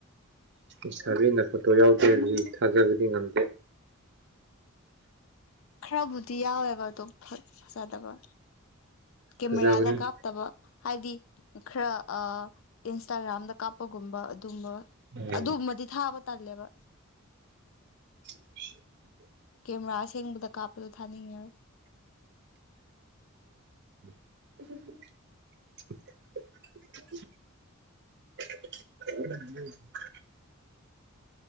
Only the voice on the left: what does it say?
ꯈꯔꯕꯨꯗꯤ ꯌꯥꯎꯋꯦꯕ ꯑꯗꯨꯝ ꯐꯖꯗꯕ ꯀꯦꯃꯦꯔꯥꯗ
ꯀꯥꯞꯇꯕ ꯍꯥꯏꯗꯤ ꯈꯔ ꯏꯟꯁꯇꯥꯒ꯭ꯔꯥꯝꯗ ꯀꯥꯞ ꯄꯒꯨꯝꯕ ꯑꯗꯨꯒꯕ
ꯑꯗꯨꯒꯨꯝꯕꯗꯤ ꯊꯥꯕ ꯇꯜꯂꯦꯕ
ꯀꯦꯃꯦꯔꯥꯁꯦꯡꯕꯗ ꯀꯥꯞꯄꯗ ꯊꯅꯤꯕ